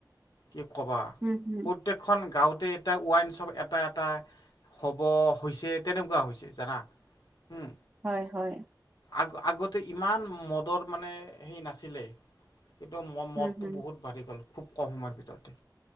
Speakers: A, on the left; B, on the right.
A: কি ক'বা
B: হুম, হুম।
A: প্ৰত্যেকখন গাঁৱতে এতিয়া ৱাইন শ্বপ এটা, এটা হ'ব হৈছে তেনেকুৱা হৈছে জানা হুম।
B: হয়, হয়।
A: আগ-আগতে ইমান মদৰ মানে সেই নাছিলে। কিন্তু ম-মদটো
B: হুম, হুম।
A: বহুত বাঢ়ি গ'ল খুব কম সময়ৰ ভিতৰতে